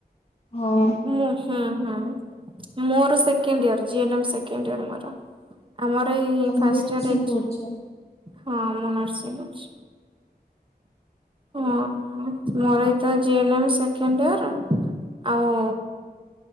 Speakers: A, on the left (about 35°); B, on the right (about 30°).
A: ହଁ
B: ମୁଁ ହୁଁ ହୁଁ ମୋର ସେକେଣ୍ଡଇର <unintelligible> ସେକେଣ୍ଡୟର ମୋର। ଆମର ଏଇ
A: ତମେ
B: ଫାଷ୍ଟୟର
A: ବି ନର୍ସିଂ
B: ଏଜା
A: ପଢୁଛ।
B: ହଁ ମୁଁ ନର୍ସିଂ କରୁଛି। ହଁ ମୋର ଏଇ ତ ଜିଅନୋମି ସେକେଣ୍ଡଇର ଆଉ।